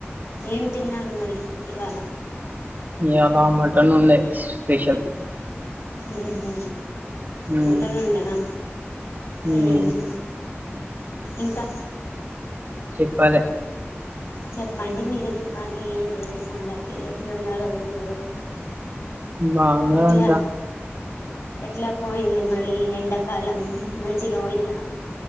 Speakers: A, on the left; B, on the right.
A: ఏం తిన్నారు మరి ఇవాళ
B: ఇయాళ మటన్ ఉండే స్పెషల్
A: ఊహూ
B: ఉమ్
A: వంటయ్యిందా
B: ఉమ్
A: ఊహూ ఇంకా
B: చెప్పాలె
A: చెప్పండి మీరే చెప్పాలి ఏంటి సంగతి ఎట్లున్నారు <inaudible>
B: బాగున్నారంతా
A: ఎట్లా ఎట్లా పోయింది మరి ఎండాకాలం మంచిగా బోయిందా